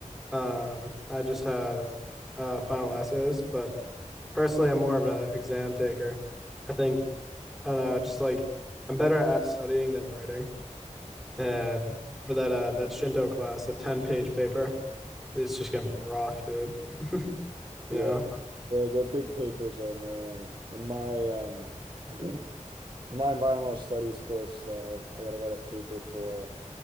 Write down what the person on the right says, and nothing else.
I,
yeah,
yeah.
The the big papers are annoying. In my um, <clears throat> in my environmental studies course, that I got to write a paper for.